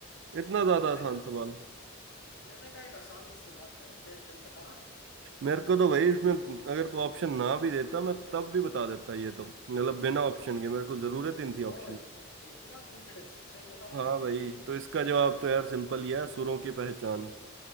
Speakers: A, on the right; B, on the left.
A: इतना ज्यादा
B: तो मैं
A: आसान सवाल
B: मैंने कहा एक आसान से शुरुआत करते हैं चल बता
A: मेरे को तो भाई इसमें अगर तू ऑप्शन ना भी देता मैं तब भी बता देता ये तो मतलब बिना ऑप्शन के मेरे को जरूरत ही नहीं थी
B: ओ
A: ऑप्शन की
B: इत, इतना कॉन्फिडेंस चल बता
A: हाँ
B: जरा
A: भाई तो इसका जवाब तो यार सिंपल ही है सुरों की पहचान